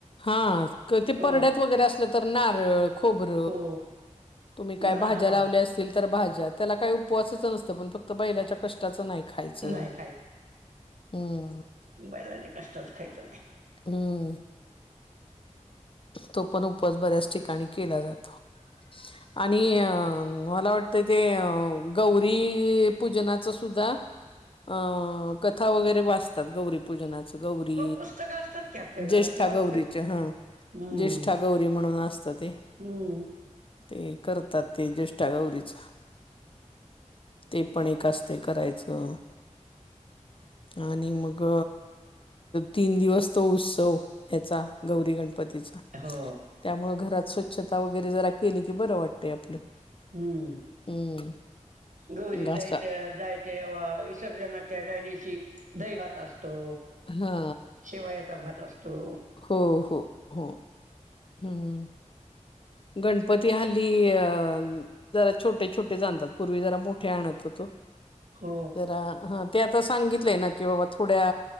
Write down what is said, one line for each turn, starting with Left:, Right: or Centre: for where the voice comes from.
Left: हा कि ते
Right: हो
Left: परड्यात वैगरे असतं नारळ, खोबर
Right: हो
Left: तुम्ही
Right: ना
Left: काय भाज्या
Right: हो
Left: लावल्या असतील तर भाज्या त्याला काही उपवासच नसतं पण फक्त बैलाच्या कष्टाचं नाही खायचं
Right: नाही
Left: हम्म
Right: बैलाचे कष्टच खायचं नाही
Left: हम्म तो पण उपास बऱ्याच ठिकाणी केला जातो.
Right: <unintelligible>
Left: आणि मला वाटतं ते गौरी पूजनाचं सुद्धा.. अ कथा वगैरे वाचतात गौरी.... पूजनाचं गौरी
Right: हो पुस्तकं असतात की आपल्या घरात
Left: ज्येष्ठा
Right: ते वाचतात.
Left: गौरीच ह...
Right: हम्म.
Left: ज्येष्ठा गौरी म्हणून असतं ते
Right: हम्म
Left: ते करतात ते ज्येष्ठा गौरीचं.. ते पण एक असते करायचं... आणि मग तीन दिवस तो उत्सव.... हचा गौरी गणपतीचा.
Right: हो.....
Left: त्यामुळ घरात स्वच्छता वगैरे जरा केली की बरं वाटतय आपलं.....
Right: हम्म.
Left: हम्म...
Right: गौरी
Left: घासा
Right: जायच जायजेव्हा विसर्जनाच्या त्या दिवशी दही भात असतो....
Left: हा.....
Right: शेवायाचा भात असतो.
Left: हो हो हो हम्म..... गणपती हल्ली अ..... जरा छोटे छोटे आणतात पूर्वी जरा मोठे आणत होतो.
Right: हो
Left: जरा हं ते आता सांगितलंय ना कि बाबा थोड्या